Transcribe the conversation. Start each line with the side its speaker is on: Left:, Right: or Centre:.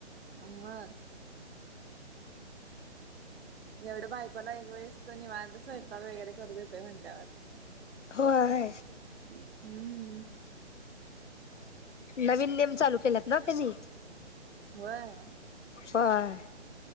Right: हा मग. एवढं बायकोला एक वेळसच निवांत स्वयंपाक वगैरे करू देतोय म्हटल्यावर.
Left: हो आहे.
Right: हम्म.
Left: नवीन नियम चालू केलेत ना त्यांनी.
Right: व्हय.
Left: होय